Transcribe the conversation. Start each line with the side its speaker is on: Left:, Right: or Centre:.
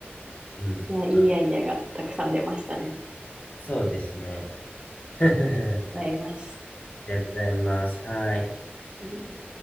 Left: うん。
Right: いや、いいアイデアがたくさん出ましたね。
Left: まあ、そうですね。<laughs>
Right: ありがとうございます。
Left: ありがとうございます。はい。
Right: うん